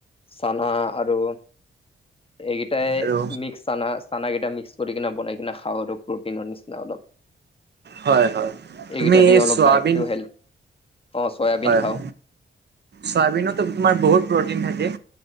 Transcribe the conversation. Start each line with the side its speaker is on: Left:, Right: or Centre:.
Left: চানা আৰু এইকেইটাই
Right: আৰু
Left: মিক্স চানা চানা কেইটা মিক্স কৰি কিনে বনাই কিনে খাওঁ আৰু প্ৰ'টিনৰ নিচিনা অলপ।
Right: হয় হয়
Left: এইকেইটা
Right: তুমি
Left: দি
Right: এই
Left: অলপ
Right: চয়াবিন
Left: দাইত টো হেলপ, অ চয়াবিন
Right: হয়
Left: খাও।
Right: হয় চয়াবিনতো তোমাৰ বহুত প্ৰটিন থাকে।